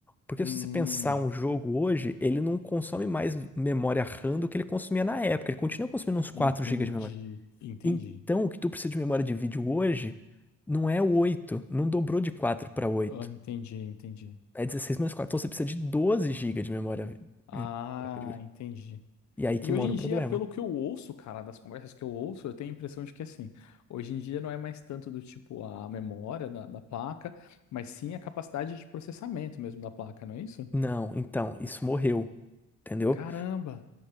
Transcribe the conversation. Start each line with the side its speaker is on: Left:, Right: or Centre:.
Centre: Porque
Left: Hum,
Centre: se você pensar um jogo hoje, ele não consome mais memória RAM do que ele consumia na época. Ele continua consumindo uns quatro
Left: entendi,
Centre: gigas de memória.
Left: entendi.
Centre: Então, o que tu precisa de memória de vídeo hoje não é o oito não dobrou de 4 para oito
Left: Ah, entendi, entendi.
Centre: É 16 menos quatro Então você precisa de 12 gigas de memória.
Left: Ah,
Centre: de-
Left: entendi.
Centre: E aí que
Left: E
Centre: mora
Left: hoje em
Centre: o problema.
Left: dia, pelo que eu ouço, cara, das conversas que eu ouço, eu tenho a impressão de que assim, hoje em dia não é mais tanto do tipo a memória da, da placa, mas sim a capacidade de processamento mesmo da placa, não é isso?
Centre: Não, então, isso morreu. Entendeu?
Left: Caramba!